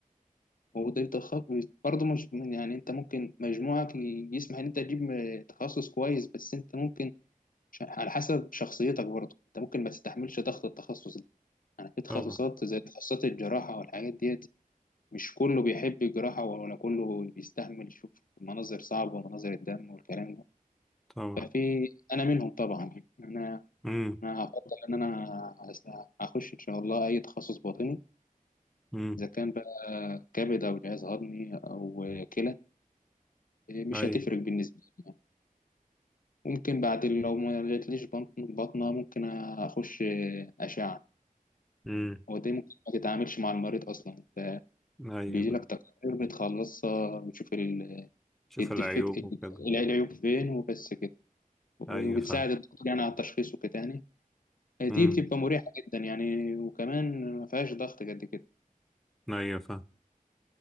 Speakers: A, on the left (about 70°); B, in the centre.
A: وده بتخ- برضه مش يعني انت ممكن مجموعك ي- يسمح ان انت تجيب م- تخصص كويس بس انت ممكن ش- على حسب شخصيتك برضه انت ممكن ما تستحملش ضغط التخصص ده يعني في تخصصات
B: طبعا
A: زي تخصصات الجراحة والحاجات ديت مش كله بيحب الجراحة ولا كله بيستحمل يشوف مناظر صعبة ومناظر الدم والكلام ده
B: طبعا
A: ففي انا منهم طبعا يعني انا
B: امم
A: انا هفضل ان انا هس- هخش ان شاء الله اي تخصص باطني
B: امم
A: اذا كان بقى كبد او جهاز هضمي او كلى مش
B: اي
A: هتفرق بالنسبة لي يعني. ممكن بعد لو ما جاتليش بطن- بطنة ممكن اخش اشعة
B: امم
A: ودي ممكن ما تتعاملش مع المريض اصلا انت
B: ايوه
A: بيجي لك تقارير بتخلصها بتشوف ال-
B: بتشوف
A: الديفكت
B: العيوب
A: ال-
B: وكده
A: العيوب فين وبس كده وبتساعد
B: ايوه فاهم
A: الدكتور يعني على التشخيص وكده يعني دي
B: مم.
A: بتبقى مريحة جدا يعني وكمان ما فيهاش ضغط قد كده
B: ايوه فاهم